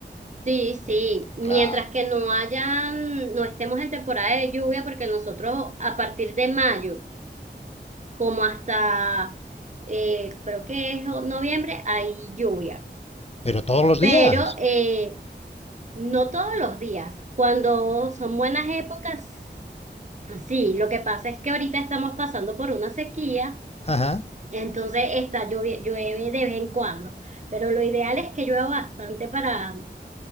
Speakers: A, on the right (about 40°); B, on the left (about 35°).
A: Sí, sí, mientras
B: Claro.
A: que no hayan, no estemos en temporada de lluvia, porque nosotros a partir de mayo, como hasta, eh, creo que es o- noviembre, hay lluvia,
B: Pero todos los días.
A: pero eh, no todos los días. Cuando son buenas épocas, sí, lo que pasa es que ahorita estamos pasando por una sequía.
B: Ajá.
A: Entonces está llueve, llueve de vez en cuando, pero lo ideal es que llueva bastante para,